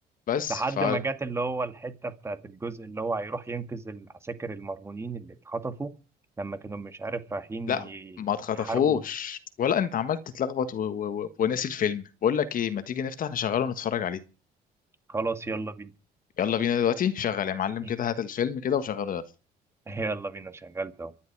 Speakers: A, on the left; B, on the right.
A: بس
B: لحد
A: ف
B: ما جت اللي هو الحته بتاعت الجزء اللي هو هيروح ينقذ العساكر المرهونين اللي اتخطفوا لما كانوا مش عارف رايحين
A: لا
B: ي-
A: ما اتخطفوش
B: يحاربوا
A: ولا انت عمال تتلخبط و... و... و... وناسي الفيلم بقول لك ايه ما تيجي نفتح نشغله ونتفرج عليه
B: خلاص يلا بينا
A: يلا بينا دلوقتي شغل يا معلم
B: <laughs>
A: كده هات الفيلم كده وشغله يلا
B: يلا بينا شغلت